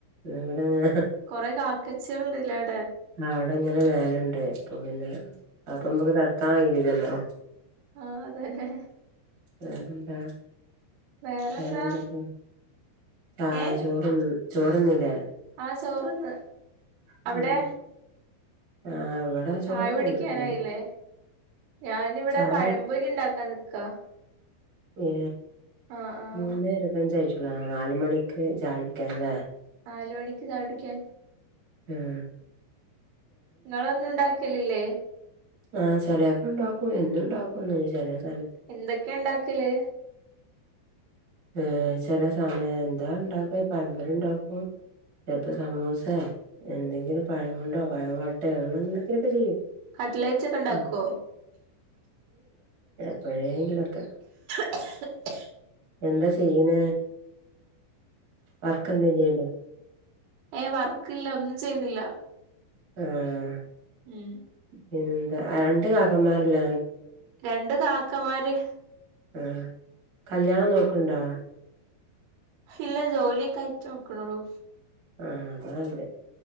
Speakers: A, on the right (about 30°); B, on the right (about 85°).
A: നിങ്ങടെങ്ങനെ
B: കുറെ കാക്കച്ചികൾ ണ്ട്ല്ലേ
A: ആ ഇവടെങ്ങനെ മേയല്ണ്ട് അപ്പൊ പിന്നെ അഅ്പ്പൊ മ്മക്ക് തട് ക്കാൻ കയ്യൂലല്ലോ
B: ആഹ് അതതെ
A: വേറെന്താ
B: വേറെന്താ
A: വേറെന്തൊക്കെ ചാ
B: ഏഹ്
A: ചോറും ചോറ്ന്നില്ലേ?
B: ആഹ് ചോറ്ന്ന്
A: ഉം
B: അവിടെ
A: ആഹ് ഇവിടെ
B: ചായ
A: ചോറൊക്കെ
B: കുടിക്കാനായില്ലേ?
A: തിന്ന് എല്ലാരും
B: ഞാനിവിടെ
A: ചായ
B: പഴമ്പൊരി ഉണ്ടാക്കാ നിക്കാ
A: ഏ
B: ആഹ് ആഹ്
A: മൂന്ന് ഇരുപഞ്ചായിട്ടളാം ആ നാലു മണിക്ക് ചായ കുടിക്കല്ലേ
B: നാല് മണിക്ക് ചായകുടിക്കാൻ
A: ഉഹ
B: നിങ്ങളൊന്നും ഉണ്ടാക്കലില്ലേ
A: ആ ചിലപ്പോ ഉണ്ടാക്കും എന്നുണ്ടാക്കുംന്ന് <unintelligible>
B: എന്തൊക്കെണ്ടാക്കല്
A: ഏ ചില സമയം എന്താ ഉണ്ടാക്കും പയപൊരി ഉണ്ടാക്കും ചിലപ്പോ സമൂസ എന്തെങ്കിലും പഴം കൊണ്ടോ പഴം പാട്ട് അങ്ങ എന്തെങ്കിലുക്കെ ചെയ്യും
B: കട്ടിലറ്റൊക്കെ ഉണ്ടാക്കുവോ
A: ഉം അപ്പോഴയെങ്കിലൊക്കെ
B: <inaudible>
A: എന്താ ചെയ്യണ വർക്ക് എന്ത ചെയ്യണ്ട?
B: ഏ വർക്കില്ല ഒന്നും ചെയ്യുന്നില്ല
A: ആഹ
B: ഉം
A: പിന്നെ എന്താ രണ്ട് കാക്കന്മാരെല്ല
B: രണ്ട് കാക്കമാര്
A: ആ കല്യാണം നോക്കണ്ടോ?
B: ഇല്ല ജോലിയൊക്കെ ആയിട്ടു നോക്കണള്ളൂ
A: ആഹ അതല്ലേ